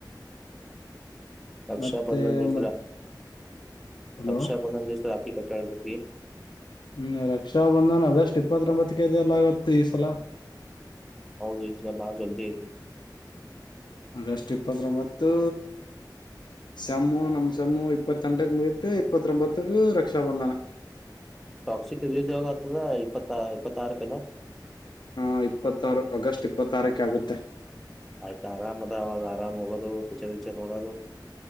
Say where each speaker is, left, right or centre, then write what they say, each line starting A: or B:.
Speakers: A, in the centre; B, on the left.
A: ರಕ್ಷಾ
B: ಮತ್ತೆ
A: ಬಂಧನ್ ದಿವಸ
B: ಮತ್ ಹಲೋ
A: ರಕ್ಷಾ ಬಂದನ ದಿವ್ಸ ರಾಕಿ ಕಟ್ಟಿ ಕಟ್ಟಿ
B: ಹ್ಮ್ ರಕ್ಷಾ ಬಂಧನ್ ಆಗಸ್ಟ್ ಇಪ್ಪತ್ರೊಂಬತ್ತಕ್ಕೆ ಇದಿಯಲ್ಲ ಈ ಸಲ
A: ಹೌದು ಈಸಲ ಬಾಳ ಜುಲ್ದಿ ಐತಿ
B: ಆಗಸ್ಟ್ ಇಪ್ಪತ್ತೊಂಬತ್ತು ಸಮ್ಮು ನಮ್ಮ ಸಮ್ಮು ಇಪ್ಪತ್ತೆಂಟುಕ ಮುಗುತ್ತೆ ಇಪ್ಪತ್ತೊಂಬತ್ತಕ್ಕ ರಕ್ಷಾಬಂಧನ
A: ಟಾಕ್ಸಿಕ್ ರಿಲೀಸ್ ಯಾವಾಗ ಆತದ ಇಪ್ಪತ್ತ ಇಪ್ಪತ್ತಾರಕೇನ
B: ಹಾ ಇಪ್ಪತ್ತಾರು ಆಗಸ್ಟ್ ಇಪ್ಪತ್ತಾರಕ್ಕೆ ಆಗುತ್ತೆ
A: ಆಯ್ತಾ ಆರಾಮ್ ಅದ ಅವಾಗ ಆರಾಮ್ ಹೋಗೋದು ಪಿಕ್ಚರ್ ಗಿಚರ್ ನೋಡೋದು